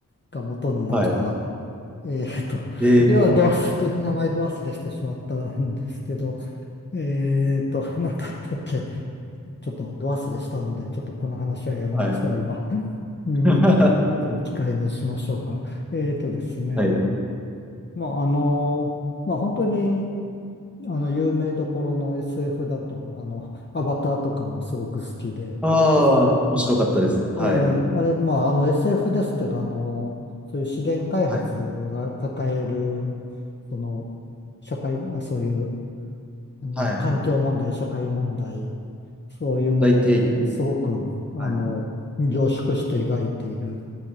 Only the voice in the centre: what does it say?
はい。
えー、
はい。
<laughs>
はい。
ああ、面白かったですね。はい。
はい。
はい。
大提起。
はい。